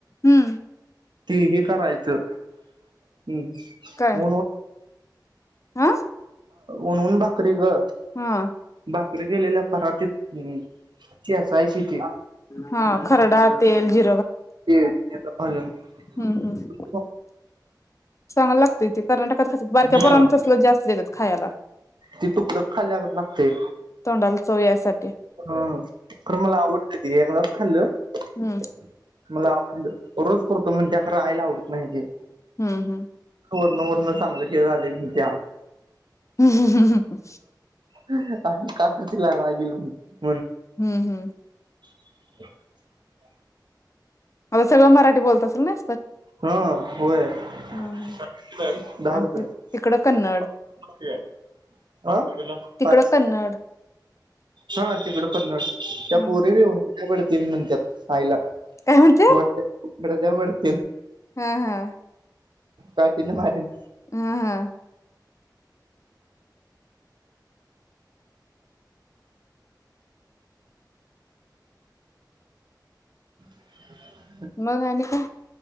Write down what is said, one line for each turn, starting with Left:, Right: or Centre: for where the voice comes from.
Left: हम्म
Right: ती हे करायचं <unintelligible> हा
Left: काय? हा
Right: ऊन ऊन भाकरी ग
Left: हा
Right: भाकरी केलेल्या परातीत हूं चेचायची ती
Left: हा खरडा तेल हे
Right: <unintelligible> अजून <unintelligible>
Left: हम्म हम्म चांगलं लागतंय ते कर्नाटकात खातात बारक्या
Right: हं
Left: पोरांना तसलं जास्त देतात खायला.
Right: ती तुकड खाल्ल्यागत लागतंय
Left: तोंडाला चव यायसाठी.
Right: हं खरं मला आवडतं ते एकदाच खाल्लं
Left: हम्म
Right: मला आवडलं रोज करतो मण त्याकड आयला आवडत नाही ते
Left: हूं हूं
Right: वरनं वरनं चांगल हे झालेलन त्या
Left: हूं हूं हूं हूं
Right: <unintelligible> का त तिला राग येईल म्हणून
Left: हूं हूं
Right: <inaudible>
Left: अ सगळं मराठी बोलत असल नाय
Right: हां होय
Left: हम्म.
Right: <unintelligible> दहा
Left: आणि
Right: रुपये.
Left: तिकडं कन्नड
Right: <unintelligible> आं
Left: तिकडं
Right: पाच
Left: कन्नड
Right: हा तिकडं कन्नड त्या
Left: हा
Right: पोरी बी हो उघडतील नंतर आयला
Left: काय म्हणत्यात?
Right: वट <unintelligible>
Left: हा हा
Right: काठीनं मारीन.
Left: हां हां
Right: <inaudible>
Left: मग आणि काय?